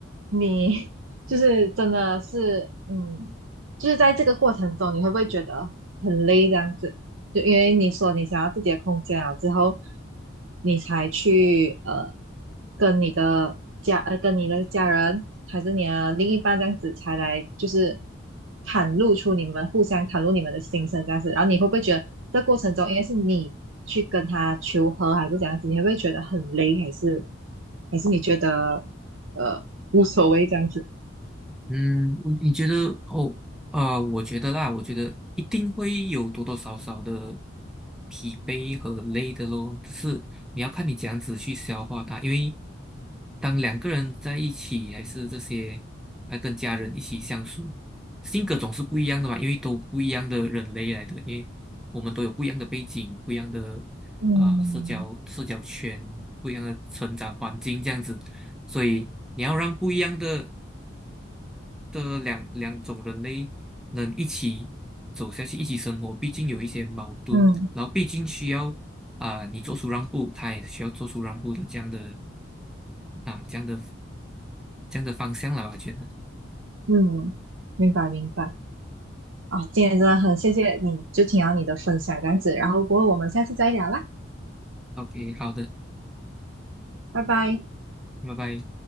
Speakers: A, on the right (about 80°); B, in the centre.
A: 你就是真的是，嗯，就是在这个过程中，你会不会觉得很累这样子？就因为你说你想要自己的空间了之后，你才去呃跟你的家呃跟你的家人还是你的另一半这样子才来就是袒露出你们互相袒露你们的心声这样子，然后你会不会觉得这过程中应该是你去跟他求和还是怎样子，你会不会觉得很累，还是还是你觉得呃无所谓这样子？
B: 嗯，你觉得哦，啊、我觉得啦，我觉得一定会有多多少少的疲惫和累的咯，只是你要看你怎样子去消化它，因为当两个人在一起，还是这些，还跟家人一起相处，性格总是不一样的嘛，因为都不一样的人类来的，因为我们都有不一样的背景，不一样的
A: 嗯
B: 啊、社交社交圈，不一样的成长环境这样子。所以你要让不一样的的两两种人类能一起走下去，一起生活，毕竟有一些矛盾，
A: 嗯
B: 然后毕竟需要啊、你做出让步，他也需要做出让步的这样的啊这样的这样的方向了吧，我觉得。
A: 嗯，明白明白。啊，今天真的很谢谢你，就听到你的分享这样子，然后不过后我们下次再聊啦，
B: OK，好的，
A: 拜拜。
B: 拜拜。